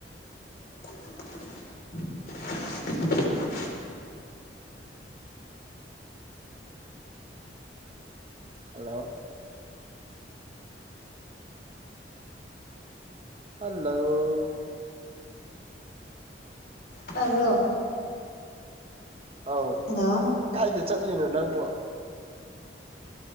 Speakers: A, on the left; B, on the right.
A: <unintelligible>
B: ꯍꯜꯂꯣ ꯍꯜꯂꯣ
A: ꯇꯥꯕ꯭ꯔꯣ
B: ꯑꯥꯎ
A: ꯍꯜꯂꯣ
B: ꯀꯥꯏꯗ ꯆꯠꯂꯤꯅꯣ ꯅꯪꯕꯣ